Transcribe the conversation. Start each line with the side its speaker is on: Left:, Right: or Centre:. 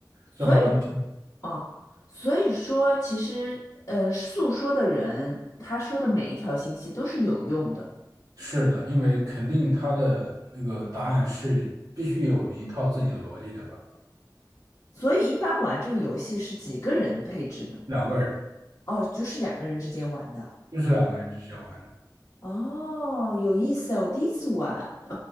Left: 所以
Right: 就好像
Left: 啊，所以说其实呃，诉说的人他说的每一条信息都是有用的。
Right: 是的，因为肯定他的那个答案是必须有一套自己的逻辑的吧。
Left: 所以一般玩这个游戏是几个人配置呢？
Right: 两个人
Left: 哦，就是两个人之间玩的。
Right: 就是两个人之间玩的。
Left: 哦，有意思啊，我第一次玩